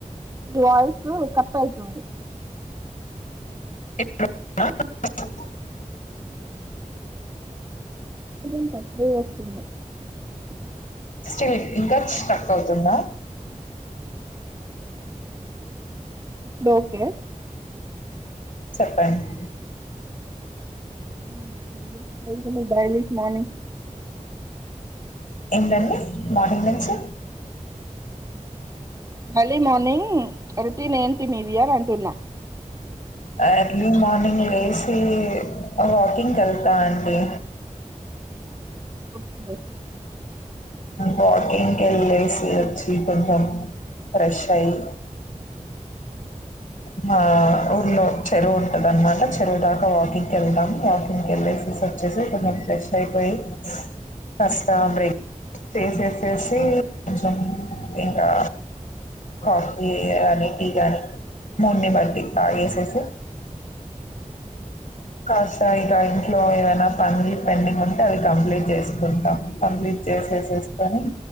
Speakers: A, on the right (about 25°); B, on the left (about 70°).
A: మీ వాయిసు కట్ అవుతుంది
B: <unintelligible>
A: <inaudible>
B: స్టిల్ ఇంకా స్ట్రక్ అవుతుందా
A: డు ఓకే
B: చెప్పండి
A: <unintelligible> మార్నింగ్
B: ఏంలండి మార్నింగ్ నుంచి
A: అర్లీ మార్నింగ్ రోటీన్ ఏంటి మీది అని అంటున్నా
B: ఎర్లీ మార్నింగ్ లేసి వాకింగ్ వెళ్తా అండి
A: ఓకే
B: వాకింగ్ కి వెళ్ళేసి వచ్చి కొంచెం ఫ్రెష్ అయ్యి మా ఉర్లో చెరువు ఉంటద అన్నమాట చెరువు దాకా వాకింగ్ క వెళ్దాము వాకింగ్కి వెళ్లేేసి వచ్చేసి కొంచెం ఫ్రెష్ అయిపోయి కాస్త బ్రేక్ తీసెస్ చేసి కొంచెం ఇంకా కాఫీ అని టీ కాని మూడ్ని బట్టి తాగేసేసి కాస్త ఇక ఇంట్లో ఏవైనా పని పెండింగ్ ఉంటే అవి కంప్లీట్ చేసుకుంటాం కంప్లీట్ చేసేసేసుకొని